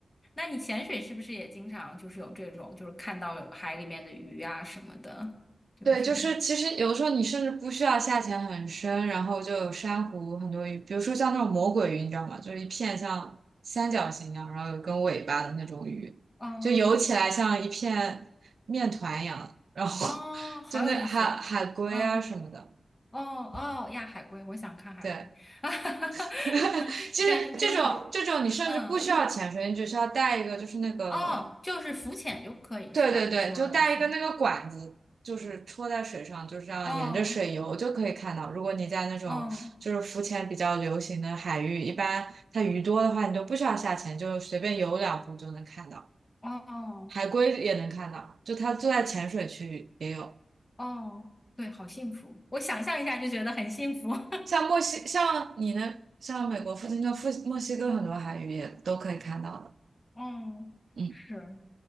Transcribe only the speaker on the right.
对，就是其实有的时候你甚至不需要下潜很深，然后就有珊瑚很多鱼，比如说像那种魔鬼鱼，你知道吗？就是一片像三角形一样，然后有根尾巴的那种鱼，
就游起来像一片面团一样，然后
<laughs>
就那海海龟啊什么的。
对，
<laughs> 其实这种这种你甚至不需要潜水，
你只需要带一个就是那个
对对对，
就带一个那个管子，就是戳在水上，就这样沿着水游就可以看到。
如果你在那种就是浮潜比较流行的海域，
一般它鱼多的话，你就不需要下潜，就随便游两步就能看到。
海龟也能看到，就它就在浅水区域也有。
像墨西，像你呢，像美国附近的附墨西哥很多海域也都可以看到的。
嗯。